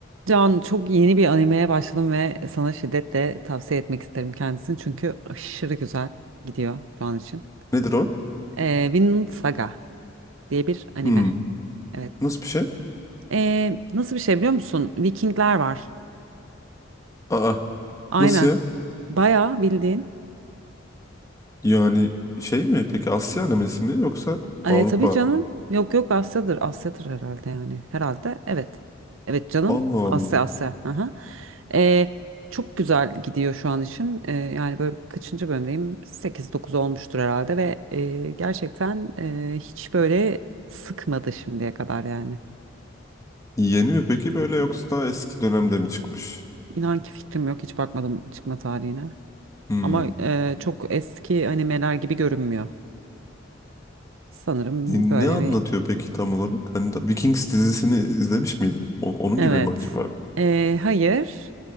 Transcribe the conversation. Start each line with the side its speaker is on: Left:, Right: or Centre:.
Right: Can çok yeni bir animeye başladım ve sana şiddetle tavsiye etmek isterim kendisini çünkü aşırı güzel gidiyor şu an için.
Left: Nedir o?
Right: Ee, Vinland Saga diye bir anime.
Left: Hmm.
Right: Evet.
Left: Nasıl bir şey?
Right: Ee, nasıl bir şey biliyor musun? Vikingler var.
Left: Aa,
Right: Aynen.
Left: nasıl ya?
Right: Bayağı bildiğin
Left: Yani şey mi? Peki Asya anemisi mi yoksa
Right: E,
Left: Avrupa?
Right: tabii canım. Yok yok Asya'dır. Asya'dır herhalde yani. Herhalde evet. Evet canım.
Left: Allah
Right: Asya
Left: Allah.
Right: Asya. Aha. E, çok güzel gidiyor şu an işin. E, yani böyle kaçıncı bölümdeyim? sekiz 9 olmuştur herhalde ve e, gerçekten e, hiç böyle sıkmadı şimdiye kadar yani.
Left: Yeni mi peki böyle yoksa daha eski dönemde mi çıkmış?
Right: İnan ki fikrim yok. Hiç bakmadım çıkma tarihine.
Left: Hmm.
Right: Ama e, çok eski animeler gibi görünmüyor. Sanırım
Left: E,
Right: böyle
Left: Ne anlatıyor peki tam olarak? Hani da Vikings dizisini izlemiş miydin? O- onun
Right: Evet.
Left: gibi mi acaba?
Right: Ee, hayır.